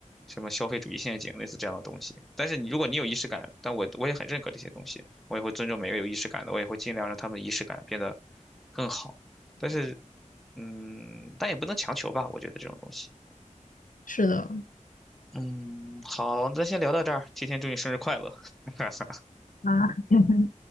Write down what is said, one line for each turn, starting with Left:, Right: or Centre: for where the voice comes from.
Centre: 什么消费主义陷阱，类似这样的东西。但是你如果你有仪式感，但我我也很认可这些东西，我也会尊重每个有仪式感的，我也会尽量让他们仪式感变得更好。但是，嗯，但也不能强求吧，我觉得这种东西。
Left: 是的
Centre: 嗯，好，那先聊到这儿，提前祝你生日快乐。<laughs>
Left: 啊，<laughs>